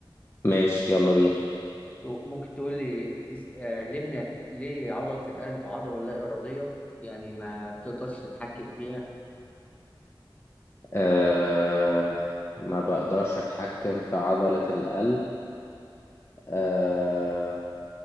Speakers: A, on the left; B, on the left.
A: ماشي يلا بينا
B: تو- ممكن تقول لي إز- آه، ليه بن- ليه عضله القلب عضله لا اراديه يعني ما بتقدرش تتحكم فيها
A: أه ما بقدرش اتحكم في عضلة القلب أه